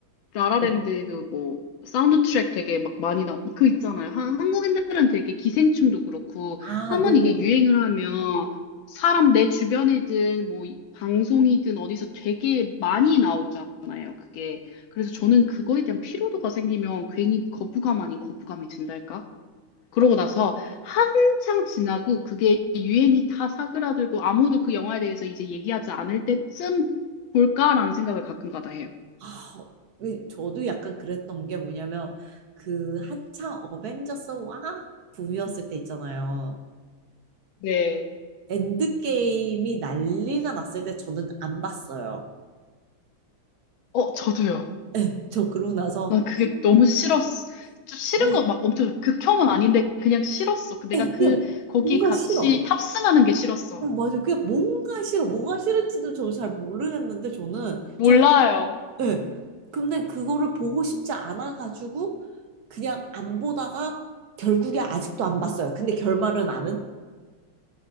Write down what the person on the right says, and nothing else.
네.
아,
네네네.
아, 왜 저도 약간 그랬던 게 뭐냐면, 그 한창 어벤져스 와 붐이었을 때 있잖아요.
엔드게임이 난리가 났을 때 저는 안 봤어요.
예, 저 그러고 나서
그냥
뭐-
예,
그냥
뭔가
싫어.
어, 맞아요. 그냥 뭔가 싫어. 뭐가 싫은지도 저는 잘 모르겠는데 저는
저 예. 근데 그거를 보고 싶지 않아 가지고 그냥 안 보다가 결국에 아직도 안 봤어요. 근데 결말은 아는.